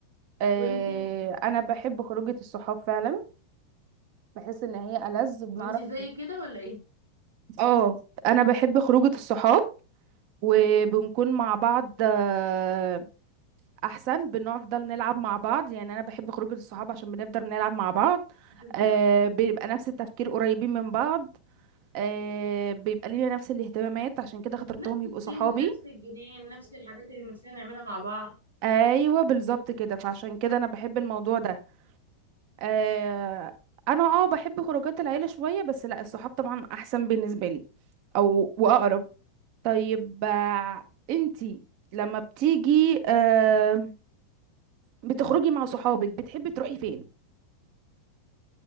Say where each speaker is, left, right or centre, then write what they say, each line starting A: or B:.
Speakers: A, on the right (about 45°); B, on the right (about 85°).
A: آه،
B: وانتي
A: انا بحب خروجة الصحاب فعلا بحس ان هي ألذ بنعرف
B: وانتي زي كده ولا ايه
A: اه انا بحب خروجة الصحاب وبنكون مع بعض آه، احسن بنفضل نلعب مع بعض يعني انا بحب خروجة الصحاب عشان بنفضل نلعب مع بعض
B: بالظبط
A: آه، بيبقى نفس التفكير قريبين من بعض آه، بيبقى لينا نفس الاهتمامات عشان كده خاطرتهم
B: نفس
A: يبقوا
B: السن
A: صحابي
B: نفس الجنان نفس الحاجات اللي نفسنا نعملها مع بعض
A: ايوه بالظبط كده فعشان كده انا بحب الموضوع ده آه انا اه بحب خروجات العيله شويه بس لا الصحاب طبعا احسن بالنسبه لي او واقرب طيب آه، انتي لما بتيجي آه بتخرجي مع صحابك بتحبي تروحي فين